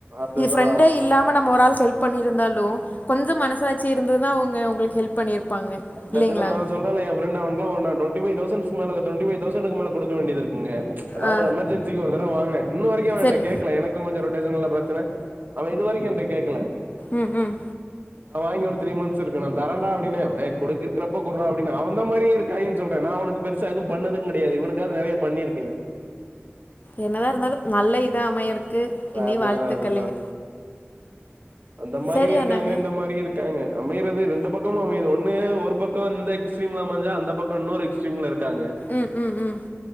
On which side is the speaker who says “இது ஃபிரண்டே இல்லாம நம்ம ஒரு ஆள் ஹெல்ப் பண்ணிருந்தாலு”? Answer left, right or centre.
Left